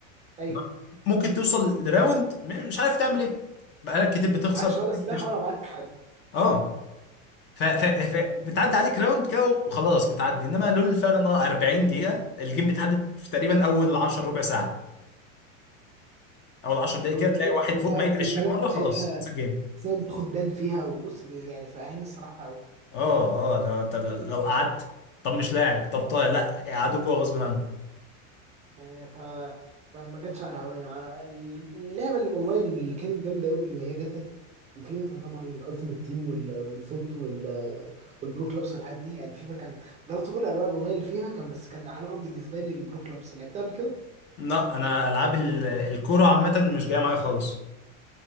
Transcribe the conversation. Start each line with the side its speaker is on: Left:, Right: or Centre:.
Right: ايوه
Left: لا. ممكن توصل لراوند م- مش عارف تعمل ايه بقالك كتير بتخسر
Right: معكش
Left: كتير
Right: ولا سلاح
Left: بتشت...
Right: ولا معاك حد
Left: اه ف... ف... ف... بتعدي عليك راوند كده وخلاص بتعدي انما لول فعلا اه 40 دقيقة الجيم بيتحدد في تقريبا اول 10 ربع ساعة اول 10 دقايق
Right: والبنات
Left: كده تلاقي واحد
Right: وبقى
Left: فوق ميت
Right: والبنات
Left: 20 مرة
Right: بتاعتها
Left: خلاص خلص الجيم
Right: سهل تاخد بان فيها وبص ب- يعني فاهمين الصراحه قوي
Left: اه اه لو انت لو قعدت طب مش لاعب طب طيب لا قعدوا جوه غصب عنك
Right: يعني ف ما ما جاتش على هواية ع- اللعبة الأونلاين اللي كانت جامدة أوي بإن هي جاتا وفيفا طبعا الألتيميت تيم وال- والفوت وال والبرو كلوبس والحاجات دي يعني فيفا كان جربت كل أنواع الأونلاين اللي فيها كان بس كان أحلاهم بالنسبة لي البرو كلوبس لعبتها قبل كده
Left: لا انا العاب ال- الكرة عامة مش جاية معايا خالص